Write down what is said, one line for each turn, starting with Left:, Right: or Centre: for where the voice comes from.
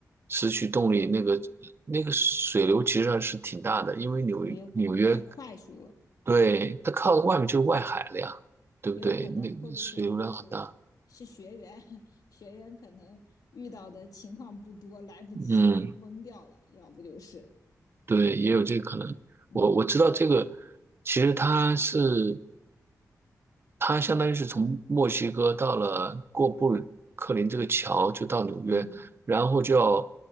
Right: 失去动力，那个那个水流其实还是挺大的，因为纽纽约，
Left: 也有可能太快速了，
Right: 对，它靠外面就是外海了呀，
Left: 嗯，
Right: 对不对？
Left: 也有可能会不会是因为是是学员，
Right: 那个水流量很大，
Left: <laughs> 学员可能遇到的情况不多，来不及懵掉了，
Right: 嗯，
Left: 要不就是，
Right: 对，也有这个可能。
Left: 嗯
Right: 我我知道这个，其实它是。他相当于是从墨西哥到了过布鲁克林这个桥，就到纽约，
Left: 嗯，
Right: 然后就要